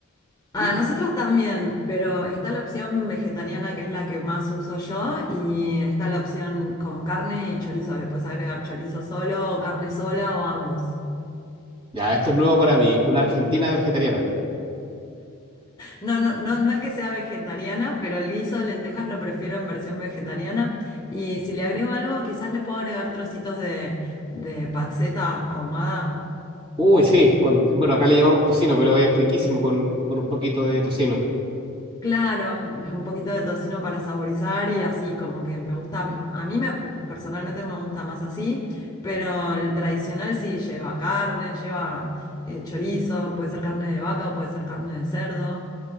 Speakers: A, on the left; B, on the right.
A: A
B: Y
A: nosotros también, pero está la opción vegetariana que es la que más uso yo y está la opción con carne y chorizo. Le puedes agregar chorizo solo o carne sola o ambos.
B: ya, esto es nuevo para mí, una argentina vegetariana.
A: No, no, no, no es que sea vegetariana, pero el guiso de lentejas lo prefiero en versión vegetariana. Y si le agrego algo, quizás le puedo agregar trocitos de, de panceta ahumada.
B: Uy, sí, con- bueno, acá le llamamos tocino, pero es riquísimo con, con un poquito de tocino.
A: Claro, un poquito de tocino para saborizar y así, como que me gusta, a mí me, personalmente me gusta más así, pero el tradicional sí lleva carne, lleva eh, chorizo, puede ser carne de vaca o puede ser carne de cerdo,